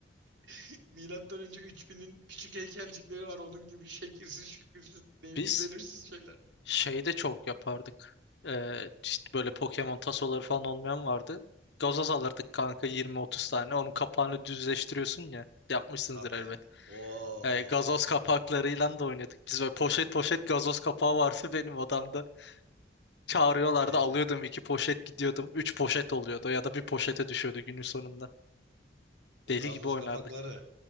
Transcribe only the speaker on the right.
<laughs> Milattan önce 3000'in küçük heykelcikleri var. Onun gibi şekilsiz, şükürsüz, neydi
belirsiz şeyler.
Tabii.
O
şeydi,
o
gazoz
kapakları.